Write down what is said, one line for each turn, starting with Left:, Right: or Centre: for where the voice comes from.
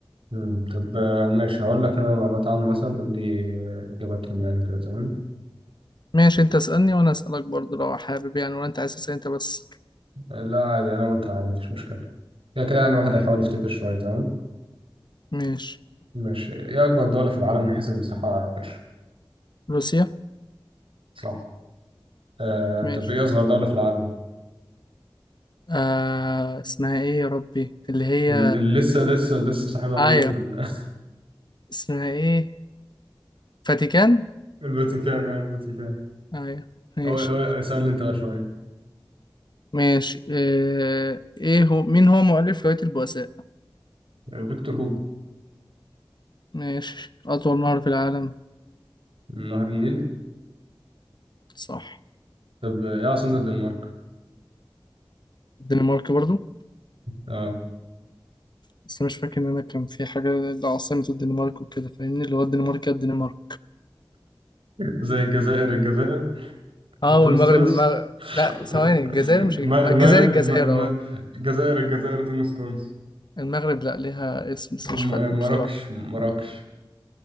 Right: مم. طب آه، ماشي هقول لك انا معلومات عامه مثلا قول لي آه، اجاباتهم يعني كده تمام
Left: ماشي انت اسألني وانا اسألك برضه لو حابب يعني ولا انت عايز تسأل انت بس
Right: آه، لا عادي انا وانت عادي مفيش مشكله كده كده يعني واحد هيحاول يفتكر شويه تمام
Left: ماشي
Right: ماشي ايه اكبر دوله في العالم من حيث المساحه يا باشا
Left: روسيا
Right: صح آه،
Left: ماشي
Right: طب ايه اصغر دوله في العالم
Left: آه اسمها ايه يا ربي اللي هي
Right: ال- ال- لسه لسه لسه صاحبها ميت
Left: ايوه
Right: من <laughs>
Left: اسمها ايه فاتيكان
Right: الفاتيكان آه، الفاتيكان
Left: ايوه ماشي
Right: أول أول اسألني أنت بقى شوية
Left: ماشي آه ايه هو مين هو مؤلف رواية البؤساء
Right: فيكتور هوجو
Left: ماشي أطول نهر في العالم
Right: نهر النيل
Left: صح
Right: طب إيه عاصمة الدنمارك؟
Left: الدنمارك برضو
Right: أه
Left: بس مش فاكر ان انا كان في حاجه ده عاصمه الدنمارك وكده فاهمني اللي هو الدنمارك يا الدنمارك
Right: زي الجزائر الجزائر
Left: اه
Right: وتونس
Left: والمغرب
Right: تونس
Left: المغرب لا
Right: <laughs>
Left: ثواني الجزائر مش
Right: الم- المغرب
Left: الجزائر الجزائر
Right: الم... الم...
Left: اه
Right: الجزائر الجزائر تونس تونس
Left: المغرب لا ليها اسم بس
Right: وم-
Left: مش فاكره
Right: آه، مراكش
Left: بصراحه
Right: مراكش